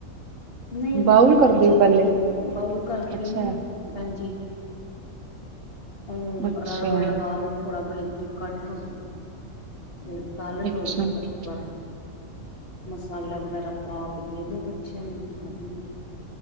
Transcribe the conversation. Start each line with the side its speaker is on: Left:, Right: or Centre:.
Left: ਨਹੀਂ- ਨਹੀਂ,
Right: ਬਾਊਲ ਕਰਦੇ
Left: ਐਨਜੀ,
Right: ਹੋ ਪਹਿਲੇ
Left: ਬਊਲ ਕਰਕੇ
Right: ਅੱਛਾ
Left: ਨਹੀਂ ਐਨ ਜੀ। ਉਹਨੂੰ
Right: ਅੱਛਾ
Left: ਆਰਾ- ਰੋਟ ਲਗਾ ਲੋੋ, ਥੋੜਾ। ਬਰੀਕ- ਬਰੀਕ ਕੱਟ ਲੋੋ। ਫੇਰ ਤੱਲ
Right: ਅੱਛਾ
Left: ਲਓ,
Right: ਹਮ
Left: ਇੱਕ ਵਾਰ। ਮਸਾਲਾ, ਵਗੈਰਾ ਪਾ ਕੇ, ਦੇ ਦੋ, ਬੱਚਿਆਂ ਨੂੰ, ਖਾ ਲੇਨਗੇ।